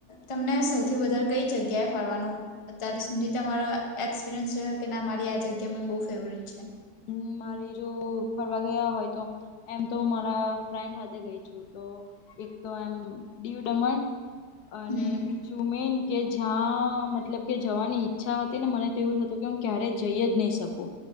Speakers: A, on the left (about 25°); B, on the left (about 75°).
A: તમને સૌથી વધારે કઈ જગ્યાએ ફરવાનું અત્યારે સુુંધી તમારો એક્સપિરિયન્સ છે કે ના મારી આ જગ્યા મને બોઉ ફેવરેટ છે.
B: હમ મારી જો ફરવા ગયા હોય તો એમ તો મારા ફ્રેન્ડ હાથે ગઈ છું. તો એક તો એમમ દિવ-દમણ અને
A: હમ
B: બીજું મેન કે જ્યાં મતલબ કે જવાની ઈચ્છા હતી ને મને તો એવું જ હતું કેમ ક્યારે જઈ જ નહી શકું.